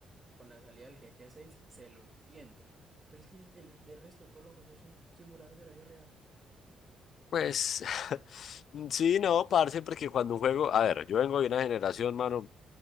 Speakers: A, on the right; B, on the left.
A: con la salida del GTA 6 se lo entiendo. Pero es que el, el- de resto todos los juegos son simuladores de la vida real.
B: Pues <laughs> sí, no, parce, porque cuando un juego, a ver, yo vengo de una generación, mano.